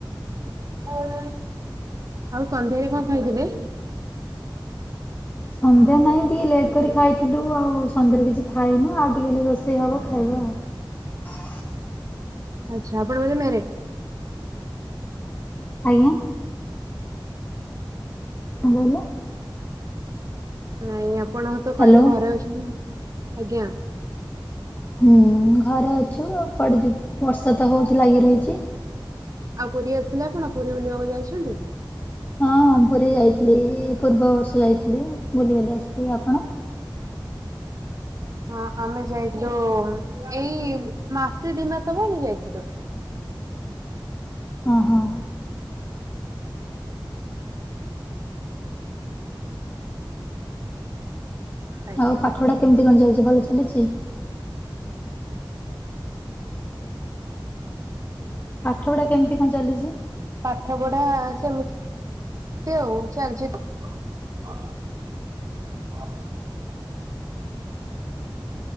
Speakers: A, on the right (about 40°); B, on the left (about 20°).
A: ଆଉ ସନ୍ଧ୍ୟାରେ କଣ ଖାଇଥିଲେ?
B: ସନ୍ଧ୍ୟା ନାହିଁ ଟିକେ ଲେଟ୍ କରି ଖାଇଥିଲୁ ଆଉ ସନ୍ଧ୍ୟାରେ କିଛି ଖ ଖାଇନୁ ଆଉ ଟିକେ ହେଲେ ରୋଷେଇ ହବ ଖାଇବ ଆଉ।
A: ଆଚ୍ଛା ଆପଣ ବୋଧେ ମ୍ୟାରେଟ?
B: ଆଜ୍ଞା। କଣ କହିଲେ?
A: ନାଇଁ ଆପଣତେ କହିଲେ
B: ହ୍ୟାଲୋ
A: ଘରେ ଅଛନ୍ତି ଆଉ ଆଜ୍ଞା।
B: ହୁଁ ଘରେ ଅଛୁ କୁଆଡେ ଯିବୁ ବର୍ଷା ତ ହଉଛି ଲାଗି ରହିଛି।
A: ଆଉ ପୁରୀ ଆସିଥିଲେ ଆପଣ ପୁରୀ ବୁଲିବାକୁ ଯାଇଛନ୍ତି?
B: ହଁ। ହଁ ପୁରୀ ଯାଇଥିଲି ପୂର୍ବବର୍ଷ ଯାଇଥିଲି ବୁଲି ବାଲି ଆସିଲ ଆପଣ?
A: ହଁ ଆମେ ଯାଇ ଯୋଉ ଏଇ ମାସେ ଦି ମାସ ହବ ଆମେ ଯାଇଥିଲୁ।
B: ଅହଂ।
A: ଆଜ୍ଞା।
B: ଆଉ ପାଠ ପଢା କେମିତି କଣ ଚାଲିଛି ଭଲ ଚାଲିଛି। ପାଠ ପଢା କେମିତି କଣ ଚାଲିଛି
A: ପାଠ ପଢା ସେମିତି ହଉ ଚାଲିଛିତ। ହଁ।